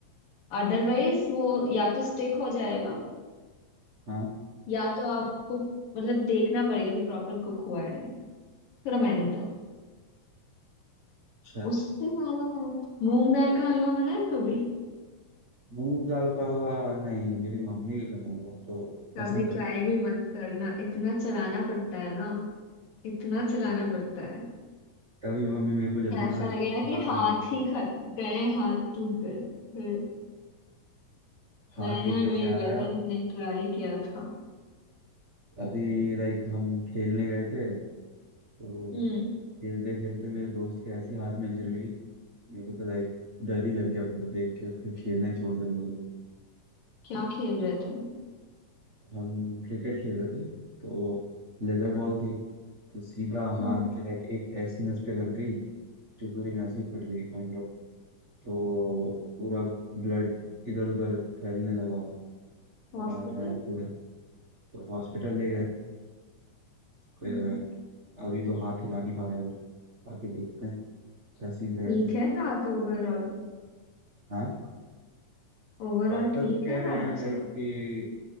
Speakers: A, on the left; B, on the right.
A: अदरवाइज वो या तो स्टिक हो जाएगा
B: हाँ
A: या तो आपको मतलब देखना पड़ेगा कि प्रॉपर कुक हुआ है या नहीं थोड़ा मेहनत है
B: अच्छा अच्छा
A: उससे ज्यादा मेहनत मूंग दाल का हलवा बनाया है कभी
B: मूंग दाल का नहीं मेरी मम्मी के बना हुआ तो पसंद
A: कभी
B: है
A: ट्राई
B: ना तो
A: भी मत करना इतना चलाना पड़ता है ना इतना
B: अच्छा
A: चलाना पड़ता है
B: <laughs> तभी मम्मी मेरे को जब
A: कि
B: भी
A: ऐसा
B: बना
A: लगेगा
B: बनाते
A: कि हाथ
B: हुए बनाती
A: ही
B: है
A: ख- गए हाथ टूट गए गए
B: हाथ
A: मैंने
B: टूटने
A: और मेरी
B: से आ रहा
A: बहन
B: है
A: ने ट्राई किया था
B: अभी लाइक हम खेलने गए थे तो
A: हम्म
B: खेलते खेलते मेरे दोस्त के ऐसी हाथ में इंजरी हुई मेरे को तो लाइक डर ही लग गया पूरा देख के फिर खेलना ही छोड़ दिया हम लोग
A: क्या खेल रहे थे
B: हम क्रिकेट खेल रहे थे तो लेदर
A: अच्छा
B: बॉल थी तो सीधा हाथ
A: हम्म
B: के लाइक एक ऐसी नस पे लग गई जो पूरी नस ही फट गई काइंड तो पूरा ब्लड इधर उधर फैलने लगा वहां
A: हॉस्पिटल
B: आया फिर तो हॉस्पिटल ले गए फिर
A: हम्म
B: अभी तो हाथ हिला नहीं पा रहा है वो। बाकी देखते हैं क्या सीन रहेगा
A: ठीक
B: कैसा
A: है हाथ ओवरऑल
B: हाँ
A: ओवरऑल
B: डॉक्टर
A: ठीक
B: तो कह
A: है हाथ
B: रहे हैं
A: उसका
B: लाइक कि